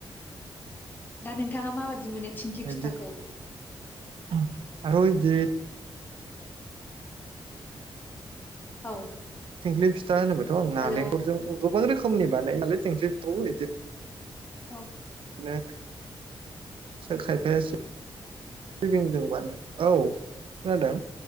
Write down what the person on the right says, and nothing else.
<unintelligible>
थिंख्लि फिथा होनोबथ' आं नालेंखलजों
गोबां रोखोमनि बानाय नालाय थिंख्लि फिथाखौ बिदि
बिनो सोर खायफाया सिबिंजों बाना औ खोनादों